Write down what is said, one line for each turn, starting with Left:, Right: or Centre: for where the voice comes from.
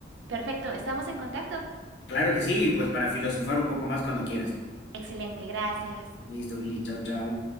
Right: Perfecto. Estamos en contacto.
Left: Claro que sí, y pues para filosofar un poco más cuando quieras.
Right: Excelente. Gracias.
Left: Listo, Viri, chao, chao.